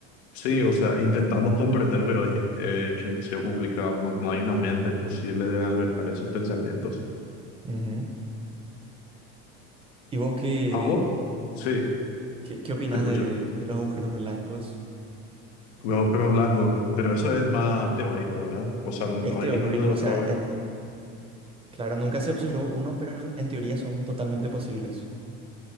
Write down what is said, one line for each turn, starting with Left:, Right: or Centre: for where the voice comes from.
Left: sí, o sea, intentamos comprender, pero es, eh, es complicado. No no hay una mente posible de albergar esos pensamientos.
Right: Ujú. ¿Y vos qué,
Left: ¿A vos? Sí,
Right: qué, qué opinás
Left: te escucho.
Right: de, de los agujeros blancos?
Left: Los pero blanco, pero eso es más teórico, ¿verdad? O sea, no, no
Right: Es teórico,
Left: hay ninguno demostrado.
Right: o sea, en, claro, nunca se observó uno, pero en, en teoría son totalmente posibles.